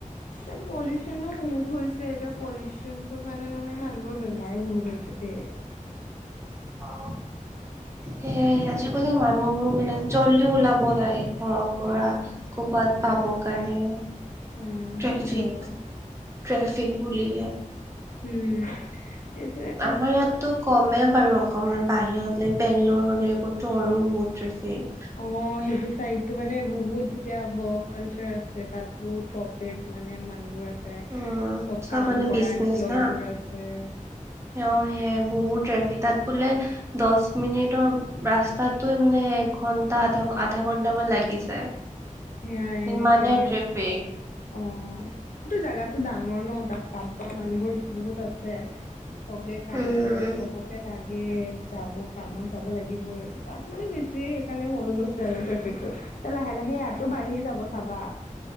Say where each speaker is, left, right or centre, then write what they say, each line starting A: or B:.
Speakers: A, on the left; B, on the right.
A: এতিয়া পলিউচনো বহুত হৈছে। এতিয়া পলিউচনটোৰ কাৰণে মানে মানুহবৰ বেমাৰো বহুত হৈছে দেই।
B: অ সেইয়াই, আজিকালি মানুহবোৰ মানে জল্দি ওলাব লাগে। ঘৰৰ পৰা,
A: অ
B: কবাত পাব
A: অ
B: কাৰণে।
A: অ'
B: ট্ৰেফিক
A: সেইটো হয়।
B: ট্ৰেফিক বুলিহে
A: উম' এইটোয়ে।
B: আমাৰ ইয়াততো কমেই বাৰু, অকমান বাহিৰত লাইক বেংগলৰ এইবোৰততো আৰু বহুত ট্ৰেফিক।
A: অ', সেইটো চাইডটো মানে বহুত এতিয়া, ব কালচাৰ আছে তাত বহুত কম। মানে, মানুহবোৰ আছে,
B: উম,
A: চব কাম
B: মানে
A: কৰা
B: বিজনেচ
A: এমপ্লয়বোৰ
B: না
A: আছে।
B: অ' সেয়াই বহুত ট্ৰেফিক, তাত বোলে দহ মিনিটৰ ৰাস্তাটোয়ে মানে ঘন্টা আধা, আধা-আধা ঘন্টামান লাগি যায়।
A: সেয়াই, এনেকে
B: ইমানে
A: মানে
B: ট্ৰেফিক
A: অ' সেইটো জাগাতো ডাঙৰ ন, তাত কাম কৰা মানুহবোৰ বহুত আছে। চবে কাম
B: উম,
A: কৰে চবকে লাগে। গে, যাব কামত যাব লাগিব এইটো তাত মানে বেছি সেইকাৰণে হৈ গৈছে আৰু ট্ৰেফিকটো। এতিয়া লাহে লাহে ইয়াতো বাঢ়ি যাব চাবা।